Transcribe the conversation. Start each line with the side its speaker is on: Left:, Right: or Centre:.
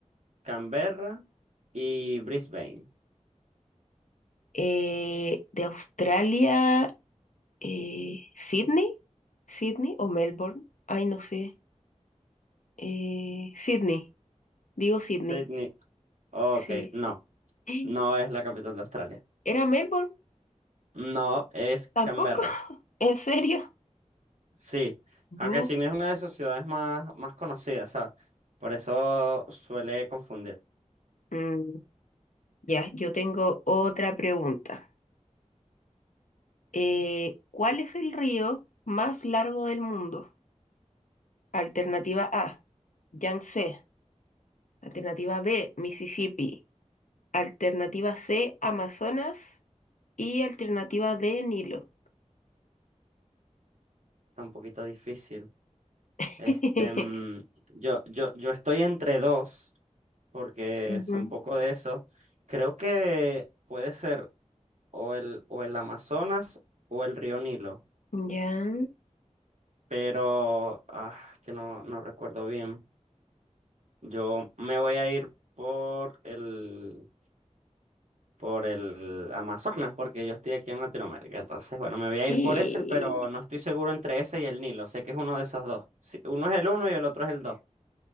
Right: Canberra y Brisbane.
Left: Eh, de Australia, eh, Sydney, Sydney o Melbourne. Ay, no sé. Eh, Sydney, digo Sydney.
Right: Sydney, ok,
Left: Sí.
Right: no,
Left: <gasps>
Right: no es la capital de Australia.
Left: ¿Era Melbourne?
Right: No es
Left: ¿Tampoco?
Right: Canberra.
Left: <laughs> ¿En serio?
Right: Sí,
Left: Bu.
Right: aunque Sydney es una de sus ciudades más, más conocidas, ¿sabes? Por eso suele confundir.
Left: Mm, ya, yo tengo otra pregunta. Eh, ¿cuál es el río más largo del mundo? Alternativa A, Yangtze. Alternativa B, Mississippi. Alternativa C, Amazonas. Y alternativa D, Nilo.
Right: Está un poquito difícil.
Left: <laughs>
Right: Este, mm, yo, yo, yo estoy entre dos, porque
Left: Ujú.
Right: es un poco de eso. Creo que puede ser o el, o el Amazonas o el río Nilo,
Left: Ya.
Right: pero ah, que no, no recuerdo bien. Yo me voy a ir por el, por el Amazonas, porque yo estoy aquí en Latinoamérica. Entonces, bueno, me voy a
Left: Y
Right: ir por ese, pero no estoy seguro entre ese y el Nilo. Sé que es uno de esos dos. Sí, uno es el uno y el otro es el dos.